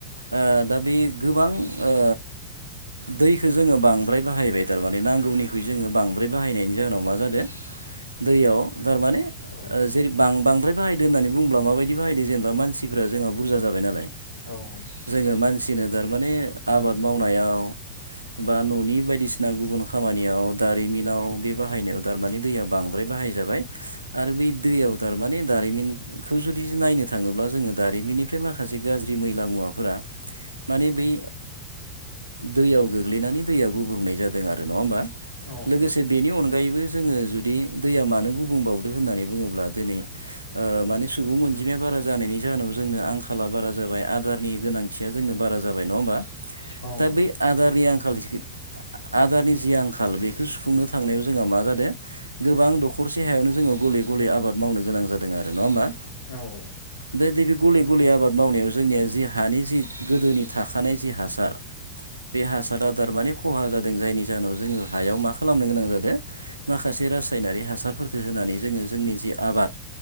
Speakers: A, on the right; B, on the left.
A: ओ दा बे गोबां ओ दैखौ जोंङो बांद्राय बाहायबाय थारमाने नांगौनिख्रुइ जोंङो बांद्राय बाहायनायनि जाहोनाव मा जादों दैयाव थारमाने
B: औ
A: ओ जेरै बां बांद्राय बाहायदो होननानै बुङोब्ला माबायदि बाहायदो जेनेबा मानसिफ्रा जोंहा बुरजा जाबाय नालाय
B: औ औ
A: जोंङो मानसिनो थारमाने आबाद मावनायाव बा न'नि बायदिसिना गुबुन खामानियाव दारिमिनाव बे बाहायनायाव थारमानि दैया बां बांद्राय बाहाय जाबाय आरो बै दैयाव थारमाने दारिमिन खौ जुदि नायनो थाङोब्ला जोंङो दारिमिननिफ्राय माखासे गाज्रि मैला मुवा फोरा माने बै दैयाव गोग्लैनानै दैयाव गुब्रुंनाय जादों आरो नङा होमबा
B: औ
A: लोगोसे बेनि अनगायैबो जोंङो जुदि दैया मानो गुबुंबावदो होननानै बुङोब्ला दिनै ओ माने सुबुं अनजिमाया बारा जानायनि जाहोनाव जोंनो आंखाला बारा जाबाय आदारनि गोनांथिया जोंनो बारा जाबाय नङा होमबा
B: औ
A: दा
B: नोंथां
A: बै आदारनि आंखाल आदारनि जि आंखाल बेखौ सुफुंनो थांनायाव जोंहा मा जादों गोबां दखरसे हायावनो जोङो गले गले आबाद मावनो गोनां जादों आरो नङा होमबा
B: औ
A: दा दै बे गले गले आबाद मावनायाव जोंनिया जि हानि जि गोदोनि थाखानाय जि हासार बे हासार आदार माने खहा जादों जायनि जाहोनाव जोङो हायाव मा खालामनो गोनां जादों माखासे रासायनारि हासारफोरखौ होनानै जोङो जोंनि जि आबाद